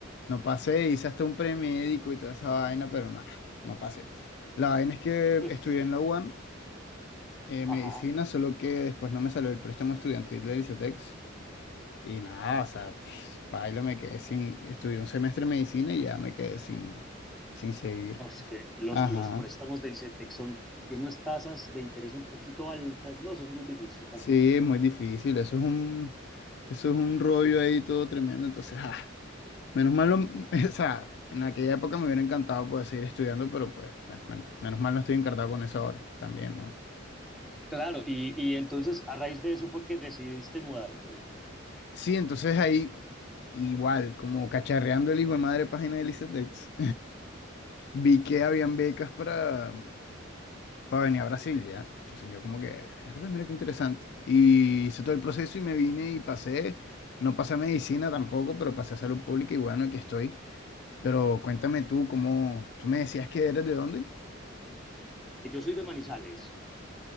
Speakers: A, on the left; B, in the centre.
A: no pasé, hice hasta un premédico y toda esa vaina, pero nada, no pasé. La vaina es que
B: <laughs>
A: estudié en la UAM eh, medicina,
B: Ajá.
A: solo que después no me salió el préstamo estudiantil de ICETEX. Y nada, o sea, pf, paila, me quedé sin. Estudié un semestre de medicina y ya me quedé sin, sin seguir.
B: Es que los,
A: Ajá.
B: los préstamos del Cetex son, tienen unas tasas de interés un poquito altas, no, eso es muy difícil también.
A: Sí, es muy difícil. Eso es un, eso es un rollo ahí todo tremendo. Entonces, ah, menos mal, lo- <laughs> o sea, en aquella época me hubiera encantado poder seguir estudiando, pero pues, men- men- menos mal no estoy encartado con eso ahora también, ¿no?
B: Claro, y, y entonces a raíz de eso fue que decidiste mudarte.
A: Sí, entonces ahí, igual, como cacharreando el hijo de madre página de ICETEX. Vi que habían becas para, para venir a Brasil, ¿ya? Entonces yo como que, "Mierda, mira qué interesante. Y hice todo el proceso y me vine y pasé, no pasé a medicina tampoco, pero pasé a salud pública y bueno, aquí estoy. Pero cuéntame tú, ¿cómo? ¿Tú me decías que eres de dónde?
B: Yo soy de Manizales,